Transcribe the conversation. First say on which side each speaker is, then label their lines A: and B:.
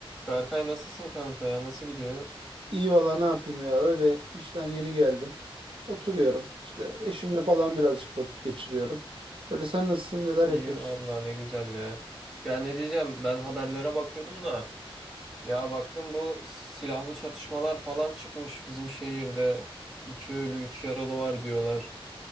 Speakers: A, in the centre; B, on the right (about 65°).
A: Berkay nasılsın kanka ya? Nasıl gidiyor?
B: İyi valla ne yapayım ya öyle işten yeni geldim. Oturuyorum işte eşimle falan birazcık vakit geçiriyorum. Öyle sen nasılsın neler
A: İyi
B: yapıyorsun?
A: valla ne güzel ya. Ya ne diyeceğim ben haberlere bakıyordum da ya baktım bu silahlı çatışmalar falan çıkmış bizim şehirde. İki ölü üç yaralı var diyorlar.